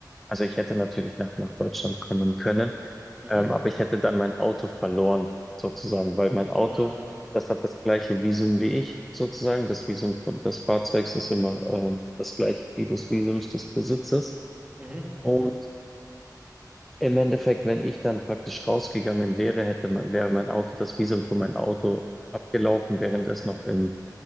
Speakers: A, in the centre; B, on the right (about 20°).
A: also ich hätte natürlich nach, nach Deutschland kommen können,
B: Mhm.
A: ähm, aber ich hätte dann mein Auto verloren, sozusagen, weil mein Auto,
B: Ah, Okay.
A: das hat das gleiche Visum wie ich, sozusagen. Das Visum von, des Fahrzeugs ist immer, ähm, das gleiche wie das Visums des Besitzers.
B: Mhm.
A: Und im Endeffekt, wenn ich dann praktisch rausgegangen wäre, hätte, mein- wäre mein Auto, das Visum für mein Auto abgelaufen, während es noch im